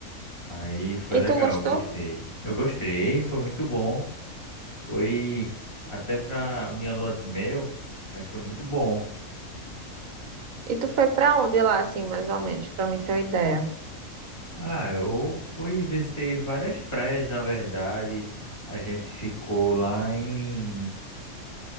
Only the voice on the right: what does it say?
E tu gostou?
E tu foi pra onde lá, assim, mais ou menos, pra mim ter uma ideia?